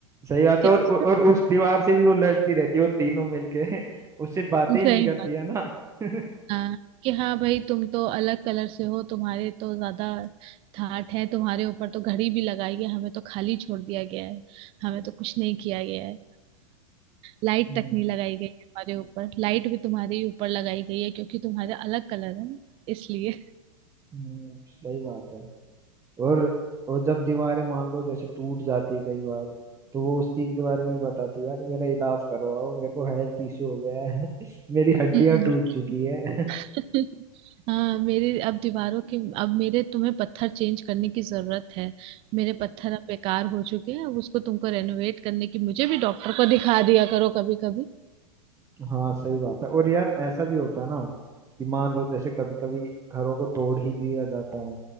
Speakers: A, on the right; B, on the right.
A: सही बात
B: कि
A: है
B: उससे
A: और, और और उस दीवार से भी वो लड़ती रहती है वो तीनों मिलके <laughs> उससे बातें ही
B: सही
A: नहीं करती
B: बात
A: है ना <laughs>
B: हाँ कि हाँ भाई तुम तो अलग कलर से हो तुम्हारे तो ज्यादा ठाट है तुम्हारे ऊपर तो घड़ी भी लगाई है हमें तो खाली छोड़ दिया गया है हमें तो कुछ नहीं किया गया है लाइट
A: हम्म
B: तक नहीं लगाई गई है हमारे ऊपर लाइट भी तुम्हारे ही ऊपर लगाई गई है क्योंकि तुम्हारे अलग कलर है ना इसलिए
A: हम्म, सही बात है और और जब दीवारें मान लो जैसे टूट जाती है कई बार तो वो उस चीज के बारे में भी बताती है यार मेरा इलाज करवाओ मेरे को हेल्थ इश्यू हो गया है <laughs> मेरी हड्डियां
B: हम्म
A: टूट चुकी है <laughs>
B: <laughs> हाँ मेरे अब दीवारों के अब मेरे तुम्हें पत्थर चेंज करने की जरूरत है मेरे पत्थर अब बेकार हो चुके हैं अब उसको तुमको रेनोवेट करने की मुझे भी डॉक्टर को दिखा दिया करो कभी कभी
A: हाँ सही बात है और यार ऐसा भी होता है ना कि मान लो जैसे कभी कभी घरों को तोड़ ही दिया जाता है